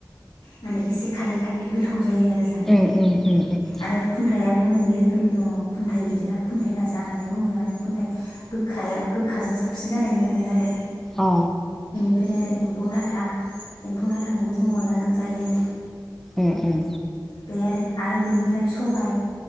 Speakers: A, on the left; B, in the centre.
A: माने इ से खाले खाले गोथाव जायो आरो जानो
B: उम उम उम उम
A: आरो खुन्थाइआनो मोननै रोखोमनि दङ। खुनथाइ गिदिरा खुनथाइ राजा होन नानै बुङो आरो। खुन्थाइ गोखाया गोखाजों साब फिन जानायखौ मोनो आरो
B: अ
A: ओमफ्राय आरो एम्फौ लाथा एम्फौ लाथाखौबो जों अनला जों जायो।
B: उम उम
A: बे आरो आरो बेनिफ्राय सबाय